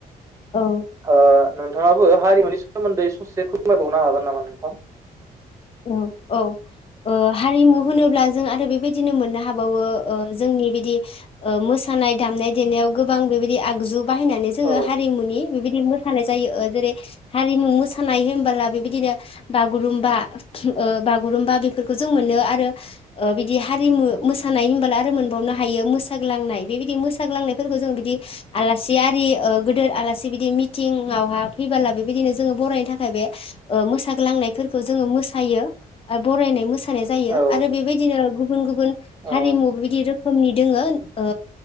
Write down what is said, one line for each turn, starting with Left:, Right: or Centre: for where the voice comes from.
Left: औ
Right: ओ नोंथाङाबो हारिमुनि सोमोन्दै ससे फोरमायबावनो हागोन नामा नोंथां?
Left: औ औ ओ हारिमु होनोब्ला जों आरो बेबायदिनो मोननो हाबावो ओ जों नि बिदि ओ मोसानाय दामनाय देनायाव गोबां बेबायदि आगजु बाहायनानै जोङो
Right: औ
Left: हारिमुनि बेबायदि मो सानाय जायो ओ जेरै हारिमु मोसानाय होनबोला बेबायदिनो बागुरुमबा ओ बागुरुम्बा बेफोरखौ जों मोनो आरो ओ बिदि हारिमु मोसानाय होनबोला आरो मोनबाव हायो मोसाग्लांनाय बेबादि मोसाग्लांनाय फोरखो जों बिदि आलासि आरि ओ गोदोर आलासि बिदि मिटिंआवहा फैबोला बेबायदिनो जोङो बरायनो थाखाय बे ओ मोसाग्लांनायफोरखौ जोङो मो सायो आरो बरायनाय मो सानाय जायो
Right: औ
Left: आरो बेबायदिनो गुबुन गुबुन
Right: औ
Left: हारिमु बिदि रोखोमनि दोङो ओ